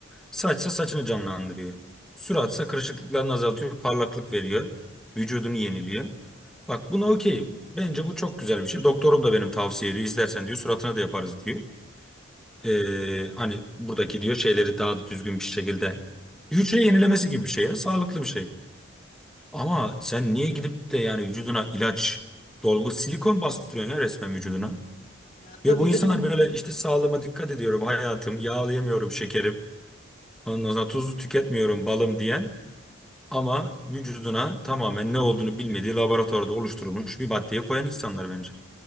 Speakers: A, in the centre; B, on the left (about 40°).
A: Saçsa saçını canlandırıyor. Suratsa kırışıklıklarını azaltıyor. Parlaklık veriyor. Vücudunu yeniliyor. Bak buna okeyim. Bence bu çok güzel bir şey. Doktorum da benim tavsiye ediyor. İstersen diyor suratına da yaparız diyor. Ee, hani buradaki diyor şeyleri daha da düzgün bir şekilde hücre yenilemesi gibi bir şey ya sağlıklı bir şey. Ama sen niye gidip de yani vücuduna ilaç dolgu silikon bastırıyorsun ya resmen vücuduna.
B: Ya tabii
A: Ve bu
B: canım.
A: insanlar böyle işte sağlığıma dikkat ediyorum hayatım yağlayamıyorum şekerim ondan sonra tuzlu tüketmiyorum balım diyen ama vücuduna tamamen ne olduğunu bilmediği laboratuvarda oluşturulmuş bir maddeyi koyan insanlar bence.